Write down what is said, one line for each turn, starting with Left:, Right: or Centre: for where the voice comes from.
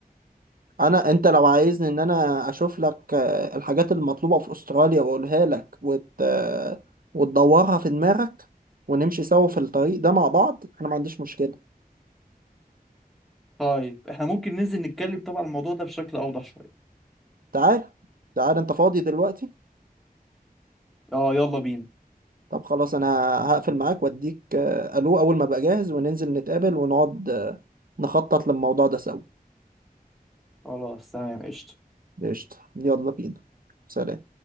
Right: انا انت لو عايزني ان انا اشوف لك آه، الحاجات المطلوبة في استراليا واقولها لك وت... آه، وتدورها في دماغك ونمشي سوا في الطريق ده مع بعض انا ما عنديش مشكلة
Centre: طيب احنا ممكن ننزل نتكلم طبعا الموضوع ده بشكل اوضح شويه
Right: تعال تعال انت فاضي دلوقتي
Centre: اه يلا بينا
Right: طب خلاص انا هقفل معاك واديك آه، الو اول ما ابقى جاهز وننزل نتقابل ونقعد آه، نخطط للموضوع ده سوا
Centre: خلاص تمام قشطه
Right: قشطة يلا بينا سلام